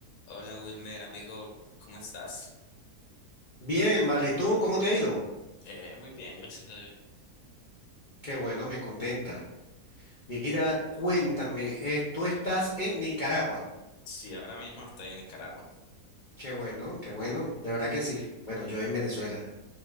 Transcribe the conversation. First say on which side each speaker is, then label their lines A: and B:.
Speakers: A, on the left (about 65°); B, on the left (about 85°).
A: Hola Wilmer, amigo, ¿cómo estás?
B: Bien, vale. ¿Y tú cómo te ha ido?
A: Eh, muy bien, gracias a Dios.
B: Qué bueno, me contenta. Mira, cuéntame, eh, tú estás en Nicaragua.
A: Sí, ahora mismo estoy en Nicaragua.
B: Qué bueno, qué bueno, de verdad que sí. Bueno, yo en Venezuela.